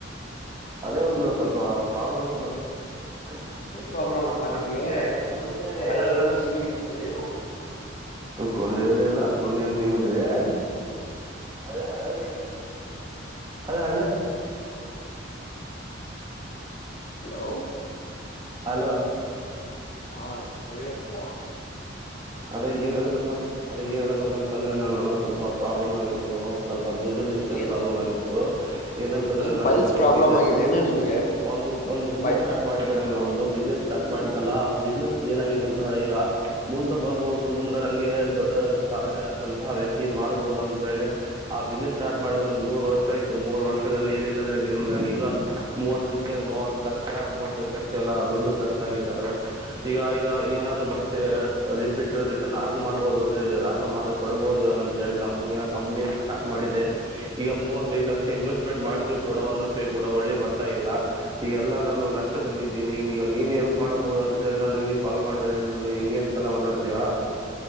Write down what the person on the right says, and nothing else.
ಅದೇ ಒಂದು ಸ್ವಲ್ಪ ಪ್ರಾಬ್ಲಮ್ ಆಯತ್ ನೋಡ ಹ ಏನ್
ಪ್ರಬ್ಲಪಾ
ನಿ
ಕುಂದಚ
ಹಳ್ಳಾಲ
ಸಿ ಏನು ಕೊಂಡೆೆಯಲ್ಲಿ ಎಲ್ಲ ತುಣ್ಣಿ ಸಿಗುದ್ರೆ ಅ ಹಳ್ಳ ಅದೇ ಹಳ್ಳ
ಅಲೋ
ಅದೇ ಏನ್ ಹೇಳ್ಬೇಕಂತ ಅದೇ ಏನ್ ಹೇಬೇಕಂತಂದ್ರೆ ನಾನು ಸ್ವಲ್ಪ ಪ್ರಾಬ್ಲಮ್ ಆಗಿತ್ತು ಸ್ವಲ್ಪ ದದುಡ್ಡ ವಿಷಯ
ಪ್ರಾಬ್ಲಮ್ ಆಗಿತ್ತು ಏನಂತಂದ್ರೆ
ನಾನು
ಒಂದು
ಬಿಸ್ನೆಸ್
ಒಂದು ಒಂದು ಬಿಸ್ನೆಸ್
ಸ್ಟಾರ್ಟ್ ಮಾಡಿದ್ದೇನೆ ನಾನು ಒಂದು ಬಿಸ್ನೆಸ್ ಸ್ಟಾರ್ಟ್ ಮಾಡಿದ್ದಲ್ಲ ಆ ಬಿಸ್ನೆಸ್ ಏನಾಗಿದೆ ಅಂತಂದ್ರೆ ಈಗ ಮುಂದೊಬ್ ಬರ್ಬಹುದು ಮುಂದ ನನ್ಗೆ ದೊಡ್ಡ ಸಾಧನೆ ಆದಂತಹ ವ್ಯಕ್ತಿ ಮಾಡಬಹುದು ಅಂತೇಳಿ ಆ ಬಿಸ್ನೆಸ್ ಸ್ಟಾರ್ಟ್ ಮಾಡಿ ಒಂದ ಮೂರ್ ವರ್ಷ ಆಯತು ಮೂರ್ ವರ್ಷದಲ್ಲಿ ಏನಿಲ್ಲ ಅಂದ್ರೆ ಮಿನಿಮಮ್ ಆಗ ಈಗ ಮೂವತ್ ಲಕ್ಷ ಮೂವತ್ ಲಕ್ಷ ಮೂವತ್ತೈದ್ ಲಕ್ಷ ಎಲ್ಲ ದುಡ್ಡು ಖರ್ಚಾಗಿದ್ದಾವೆ ಈಗ ಈಗ ಏನಾದ್ರು ಮತ್ತೆ ರಿಪಿಟ್ ರಿಟರ್ನ್ ಅರ್ನ್ ಮಾಡ್ಬಹುದು ಅರ್ನ್ ಮಾಡಿ ಕೊಡಬಹುದು ಅಂತ ಹೇಳಿ ಕಂಪ್ನಿಯ ಕಂಪ್ನಿ ಸ್ಟಾರ್ಟ್ ಮಾಡಿದೆ ಈಗ ಮೂವತ್ತೈದು ಲಕ್ಷ ಇನ್ವೆಸ್ಟ್ಮೆಂಟ್ ಮಾಡಿದ್ರು ಕೂಡ ಒಂದ್ ರೂಪಾಯಿ ಕೂಡ ಒಳ್ಳೆ ಬರ್ತಾ ಇಲ್ಲ ಈಗ ಎಲ್ಲ ನಾನು ನಷ್ಟದಲ್ಲಿ ಇದೀನಿ ಈಗಗ ನೀನೇ ಎಲ್ಪ್ ಮಾಡಬಹುದು ಅಂತ ಹೇಳಿ ನಾನು ನಿಮಗೆ ಕಾಲ್ ಮಾಡಿದೇನೆ ನನಗೆ ಹೆಂಗೆ ಎಲ್ಲ ಮಾತಾಡ್ತಿಯಾ